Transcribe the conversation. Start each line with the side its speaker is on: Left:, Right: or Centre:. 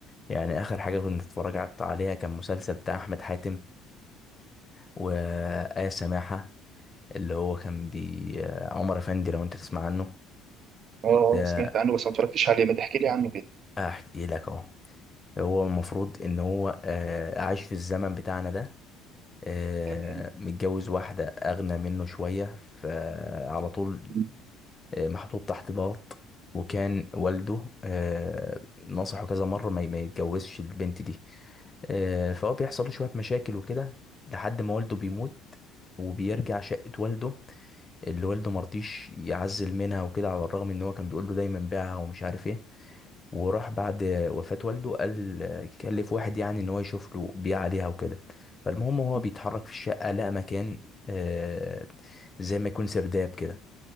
Left: يعني آخر حاجة كنت اتفرجت عليها كان مسلسل بتاع أحمد حاتم وآية سماحة اللي هو كان بي آه، عمر أفندي لو أنت تسمع عنه
Right: اه
Left: ده
Right: سمعت عنه بس ما اتفرجتش عليه ما تحكي لي عنه كده
Left: أحكي لك أهو هو المفروض إن هو آه، عايش في الزمن بتاعنا ده آه،
Right: تمام
Left: متجوز واحدة أغنى منه شوية فعلى طول
Right: مم.
Left: آه، محطوط تحت ضغط وكان والده آه، نصحه كذا مرة ما ما يتجوزش البنت دي آه، فهو بيحصل له شوية مشاكل وكده لحد ما والده بيموت وبيرجع شقة والده اللي والده مرضيش يعزل منها وكده على الرغم ان هو كان بيقول له دايما بيعها ومش عارف ايه وراح بعد وفاة والده قال كلف واحد يعني ان هو يشوف له بيع عليها وكده فالمهم هو
Right: مم.
Left: بيتحرك في الشقة لقى مكان آه، زي ما يكون سرداب كده